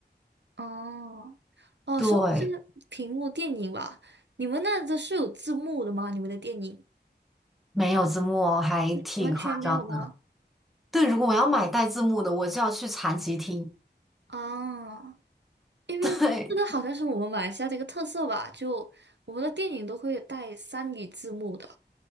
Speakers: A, on the right; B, in the centre.
A: 哦。哦，
B: 对，
A: 说到这个屏幕电影吧，你们那都是有字幕的吗？你们的电影
B: 没有字幕哦，还挺夸张的。
A: 完全没有吗？
B: 对，如果我要买带字幕的，我就要去残疾厅。
A: 啊，因为这个好像是我们马来西亚的一个特色吧，
B: <laughs> 对，
A: 就我们的电影都会带三语字幕的，